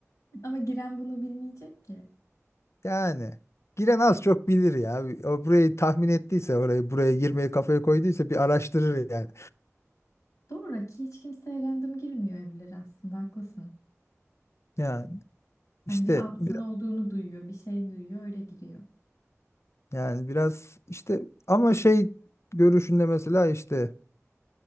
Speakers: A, on the left; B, on the left.
A: Ama giren bunu bilmeyecek ki.
B: <laughs> yani giren az çok bilir ya. O burayı tahmin ettiyse orayı buraya girmeyi kafaya koyduysa bir araştırır yani.
A: Doğru ki hiç kimse random girmiyor evlere aslında haklısın.
B: Yani
A: Hani
B: işte
A: bir altın
B: bir
A: olduğunu duyuyor, bir şey duyuyor, öyle giriyor.
B: Yani biraz işte ama şey görüşünde mesela işte